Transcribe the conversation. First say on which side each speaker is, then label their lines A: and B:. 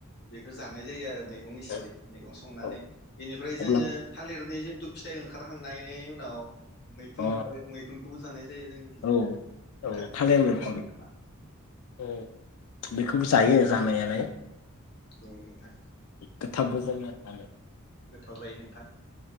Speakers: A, on the left; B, on the left.
A: बेखौ जानाय जायो आरो। मैगं हिसाबै
B: औ
A: मैगं संनानै
B: औ
A: बिनिफ ओमफाय जोङो
B: अब्ला
A: थालिरनि जिहेथु फिथ फिथाइ ओंखारहांनायनि उनाव मैखुन
B: अ
A: ओंखारो मैखुन खौ जानाय दे जोंनि खिजाय
B: औ
A: नोंथां
B: औ
A: खोमा।
B: थालिर मैखुन औ बेखौबो जायो जामनायालाय।
A: औ नोंथां।
B: गथाबु जायना जानो
A: गोथाव जायो नोंथां